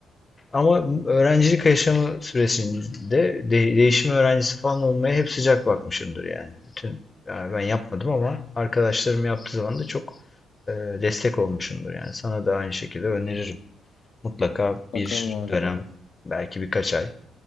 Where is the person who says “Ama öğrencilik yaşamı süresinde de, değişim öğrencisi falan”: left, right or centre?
Left